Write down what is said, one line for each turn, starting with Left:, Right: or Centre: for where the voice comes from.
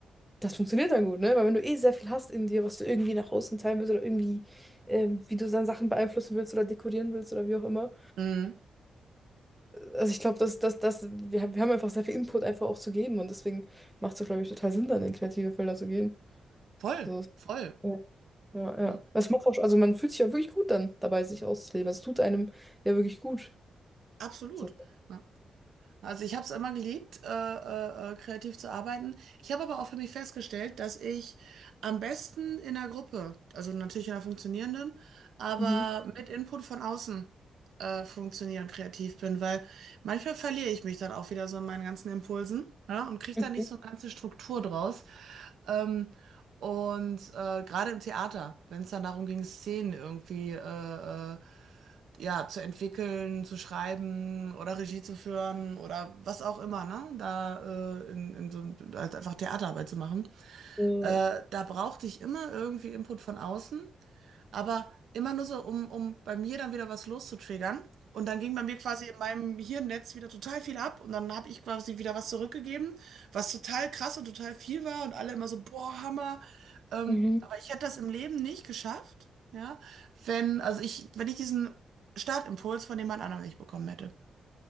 Centre: das funktioniert dann gut, ne? Weil wenn du eh sehr viel hast in dir, was du irgendwie nach außen teilen willst oder irgendwie, ähm, wie du dann Sachen beeinflussen willst oder dekorieren willst oder wie auch immer.
Right: Mhm.
Centre: Also ich glaube, dass, dass, dass wir, haben- wir haben einfach sehr viel Input einfach auch zu geben und deswegen macht es, glaube ich, total Sinn, dann in kreative Felder zu gehen.
Right: Voll,
Centre: So,
Right: voll.
Centre: ja, ja. ja.
Right: Ja,
Centre: Das macht auch, also man fühlt sich ja wirklich gut dann dabei, sich auszuleben. Also Es tut einem ja wirklich gut.
Right: absolut.
Centre: So.
Right: Ja. Also ich habe es immer geliebt, äh, äh, äh, kreativ zu arbeiten. Ich habe aber auch für mich festgestellt, dass ich am besten in einer Gruppe, also natürlich in einer funktionierenden, aber
Centre: Mhm.
Right: mit Input von außen äh, funktionieren kreativ bin, weil manchmal verliere ich mich dann auch wieder so in meinen ganzen Impulsen, ja, und kriege
Centre: Okay.
Right: da nicht so eine ganze Struktur draus. Ähm, und äh, gerade im Theater, wenn es dann darum ging, Szenen irgendwie äh, äh, ja, zu entwickeln, zu schreiben oder Regie zu führen oder was auch immer, ne? Da äh, in, in so, halt einfach Theaterarbeit zu machen.
Centre: Ja.
Right: Äh, da brauchte ich immer irgendwie Input von außen. Aber immer nur so, um, um bei mir dann wieder was loszutriggern. Und dann ging bei mir quasi in meinem Hirnnetz wieder total viel ab und dann habe ich quasi wieder was zurückgegeben, was total krass und total viel war und alle immer so, boah, Hammer. Ähm,
Centre: Mhm.
Right: aber ich hätte das im Leben nicht geschafft, ja, wenn, also ich, wenn ich diesen Startimpuls von jemand anderem nicht bekommen hätte.